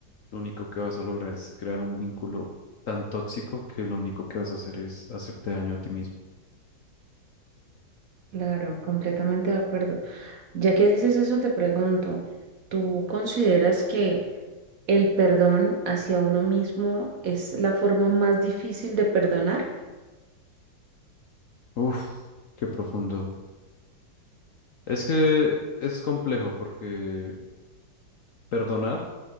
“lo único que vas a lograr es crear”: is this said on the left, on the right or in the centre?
Left